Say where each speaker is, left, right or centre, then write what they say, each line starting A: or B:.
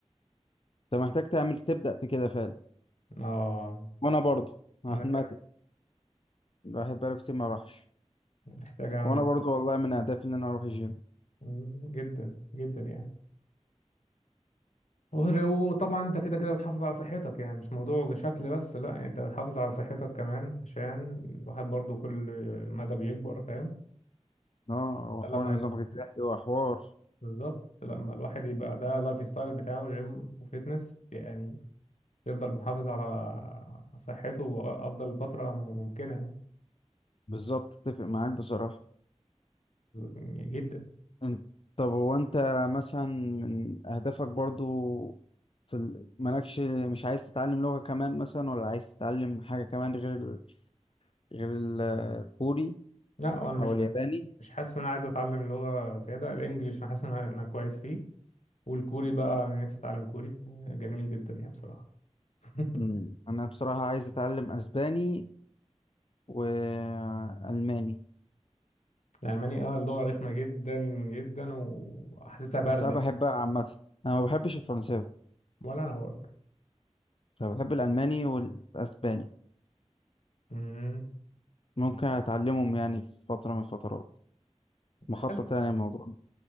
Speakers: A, on the left (about 50°); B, on the left (about 80°).
A: انت محتاج تعمل تبدأ في كده فعلا
B: اه
A: وانا برضه عامة
B: انا كمان
A: الواحد بقاله كتير ما راحش
B: محتاج اعمل
A: وانا برضه والله من اهدافي ان انا اروح الجيم
B: مم، جدا جدا يعني وغير- وطبعا انت كده كده بتحافظ على صحتك يعني مش موضوع شكل بس لا يعني انت بتحافظ على صحتك كمان عشان الواحد برضو كل مدى بيكبر فاهم
A: اه وحوار
B: فلما
A: النظام
B: يبقى
A: الغذائي وحوار
B: بالظبط لما الواحد يبقى ده لايف ستايل بتاعه جيم وفيتنس يعني يفضل محافظ على صحته افضل فتره ممكنه
A: بالظبط اتفق معاك بصراحة
B: يعني جدا
A: انت طب هو انت مثلا من اهدافك برضه في ال... مالكش مش عايز تتعلم لغة كمان مثلا ولا عايز تتعلم حاجة كمان غير ال... غير الكوري
B: لا وانا مش
A: او الياباني
B: مش حاسس ان انا عايز اتعلم لغه زياده الانجليش انا حاسس ان انا أنا كويس فيه والكوري بقى انا نفسي اتعلم كوري جميل جدا يعني بصراحه <laughs>
A: مم. انا بصراحة عايز اتعلم اسباني والألماني
B: الالماني اه اللغه رخمه جدا جدا وحاسسها بارده
A: بس أنا بحب
B: كده.
A: عامة أنا ما بحبش الفرنساوي
B: ولا انا برضه
A: أنا بحب الألماني والأسباني
B: مم.
A: ممكن أتعلمهم يعني في فترة من الفترات مخطط
B: حلو
A: يعني الموضوع